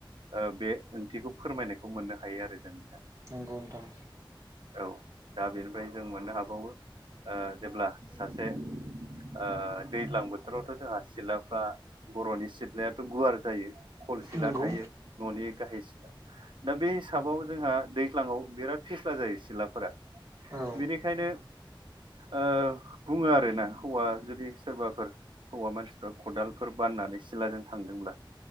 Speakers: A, on the right; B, on the right.
A: ओ बे ओंथिखौ फोरमायनायखौ मोननो हायो आरो जोंङो दा
B: नोंगौ नोंथां
A: औ दा बेनिफ्राय जों मोननो हाबावो ओ जेब्ला सासे ओ दैज्लां बोथोरावथ' जोंहा सिलाफ्रा बर'नि सिथ्लायाथ' गुवार जायो खल सिला
B: नंगौ
A: थायो न'नि गाहाय सिला दा बे हिसाबाव जोंहा दैख्लाङाव बिराद फिस्ला जायो सिथ्लाफोरा
B: औ
A: बेनिखायनो ओ बुङो आरोना हौवा जुदि सोरबाफोर हौवा मानसिफ्रा खदालफोर बाननानै सिलाजों थांदोंब्ला